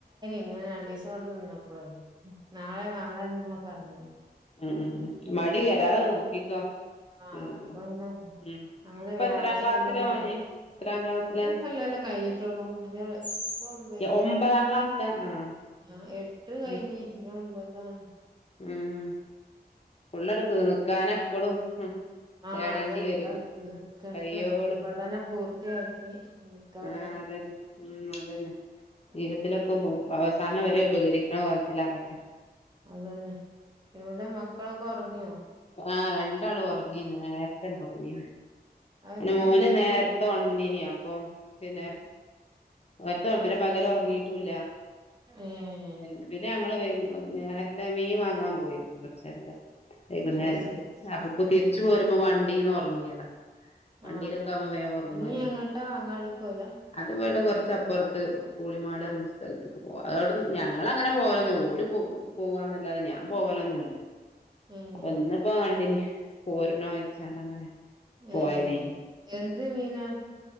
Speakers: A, on the right; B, on the left.
A: ഇങ്ങനെ രണ്ട് സം വ്ടെ നിന്നപ്പളേ നാളെ നാളെന്ന് നിങ്ങ പറഞ്ഞിനി
B: ഉമ് ഉമ് മടി വരാതെ നോക്കിക്കോ
A: ആഹ്
B: ഉം
A: അതാ പ പിന്നെ
B: ഉം
A: അതെ
B: ഇപ്പൊ
A: വ്യാഴായ്ച
B: എത്രാം ക്ലാസ്സിലാ
A: <unintelligible> തോന്ന്ണ്ട്
B: ഓന് എത്രാം ക്ലാസ്സിലാ
A: ഒരു കൊല്ലല്ലെ കഴിഞ്ഞിട്ടുള്ളൂ ഇഞ്ഞ് ഇപ്പം ദുബൈല്
B: ഒമ്പതാം ക്ലാസ്സിലാ ആഹ്
A: ആ എട്ട് കഴിഞ്ഞു
B: ഉം
A: ഇത് ഒമ്പതാണ്
B: ഉം പുള്ള എടുക്ക നിക്കാനെ എപ്പളും ഉം
A: ആഹ്
B: തേടേണ്ടി
A: അതെ നല്ലതില്
B: വരും
A: നിക്കട്ടെ
B: കയ്യോളും
A: പഠനം പൂർത്തിയാക്കി നിക്കാള്ള
B: ആഹ് അതന്നെ ഉം അതന്നെ ജീവിതത്തിലൊക്കെ
A: ഉം
B: അവസാനം വരെ ഉപകരിക്കണ കോലത്തിലാക്കട്ടെ
A: അതന്നെ എവിടെ മക്കളൊക്കെ ഉറങ്ങിയോ
B: ആഹ് രണ്ടാളും ഉറങ്ങീ ഇന്ന നേരത്തെ തന്നെ ഉറങ്ങീണ്
A: അതെത്തെ
B: പിന്നെ മോന് നേരത്തെ ഒൺന്നീനി അപ്പം പിന്നെ <unintelligible> പിന്നെ പകൽ ഉറങ്ങിട്ടുംല്ല
A: ഏഹ്
B: പി പിന്നെ ഞങ്ങള് വൈ നേരത്തെ മീൻ വാങ്ങാൻ പോയിരുന്നു കുറച്ച് നേരത്തെ വൈകുന്നേരം
A: അത് ശരി
B: അപ്പൊ തിരിച്ചു
A: ഉം
B: പോരുമ്പോ വണ്ടിന്ന് ഒറങ്ങിയതാ വണ്ടിയിലൊക്കെ
A: ആഹ്
B: ആവുമ്പോ വേം ഒറങ്ങുവല്ലോ
A: നീ എങ്ങട്ടാ അങ്ങാടിക്ക് പോവല
B: അത് ഇവിടെ കുറച്ച് അപ്പുറത്ത് കൂളിമാടന്ന ഒര് സ്ഥത്ത്ക്ക് പോക അതോടന്ന് ഞങ്ങൾ അങ്ങനെ പോവലൊന്നും ഓല് പോവും പോവാന്നല്ലാതെ ഞാൻ പോവലൊന്നുല്ല
A: ഏഹ്
B: അപ്പൊ ഇന്ന് പ്പോ കണ്ടിനി പോര്നോയിച്ചാണ്ട് അങ്ങനെ പോയതെ
A: ഏഹ് എന്ത് മീനാ